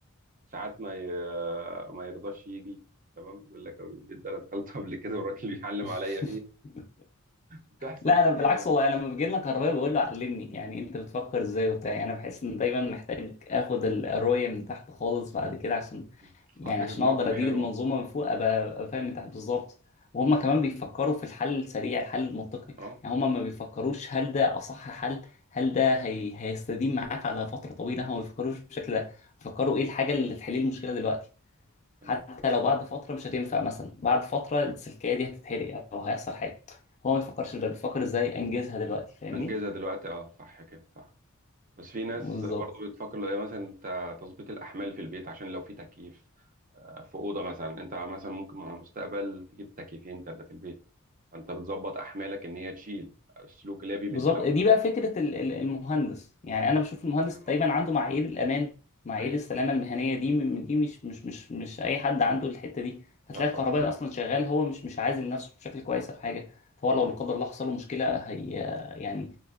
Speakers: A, on the right (about 40°); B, on the left (about 30°).
A: ساعات ما ي... آه، ما يرضاش يجي تمام يقول لك البيت ده انا دخلته قبل كده والراجل <laughs> بيعلم
B: <laughs>
A: عليا فيه بتحصل
B: لا
A: كتير
B: انا بالعكس
A: يعني
B: والله أنا لما بيجي لنا كهربائي بقول له علمني يعني انت بتفكر ازاي وبتاع يعني انا بحس ان دايما محتاج اخد ال- الرؤيه من تحت خالص بعد كده عشان
A: مم.
B: يعني
A: على فكرة
B: عشان
A: دماغهم
B: اقدر ادير
A: حلوة
B: المنظومه من فوق ابقى أبقى فاهم من تحت بالظبط وهم كمان بيفكروا في الحل السريع الحل المنطقي
A: اه
B: يعني هم
A: آه،
B: ما بيفكروش هل ده اصح حل هل ده هي... هيستديم معاك على فتره طويله هم ما بيفكروش بالشكل ده بيفكروا ايه الحاجه اللي تحل لي المشكله دلوقتي
A: تمام
B: حتى لو بعد فترة مش هتنفع مثلا بعد فترة السلكية دي هتتحرق أو هيحصل حاجة هو ما بيفكرش في ده بيفكر إزاي أنجزها دلوقتي فاهمني
A: انجزها دلوقتي اه صح كده صح بس في ناس
B: بالظبط
A: برضه بتفكر لو هي مثلا ت- تظبيط الاحمال في البيت عشان لو في تكييف آه، في اوضه مثلا انت مثلا ممكن مع المستقبل تجيب تكييفين ثلاثه في البيت فانت بتظبط احمالك ان هي تشيل السلوك اللي هي بيمدها
B: بالظبط دي بقى فكرة ال- ال- المهندس يعني أنا بشوف المهندس
A: تمام
B: دايما عنده معايير الأمان معايير
A: ايوه
B: السلامة
A: صح
B: المهنية دي م- دي مش مش مش مش أي حد عنده الحتة دي فتلاقي
A: لا طبعا
B: الكهربائي أصلا شغال هو مش مش عازل نفسه بشكل كويس أو حاجة فهو لو
A: مم.
B: لا قدر الله حصل له مشكلة هي يعني